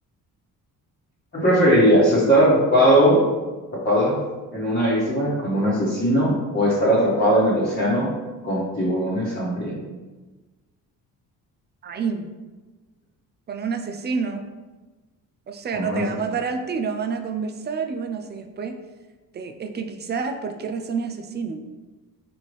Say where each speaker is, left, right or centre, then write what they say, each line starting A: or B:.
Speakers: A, on the left; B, on the right.
A: ¿Qué preferías? ¿Estar atrapado, atrapada en una isla con un asesino o estar atrapada en el océano con tiburones hambrientos?
B: Ahí, con un asesino. O sea,
A: Con
B: no
A: un
B: te
A: asesino.
B: va a matar al tiro, van a conversar y bueno, si después te... Es que quizás, ¿por qué razón es asesino?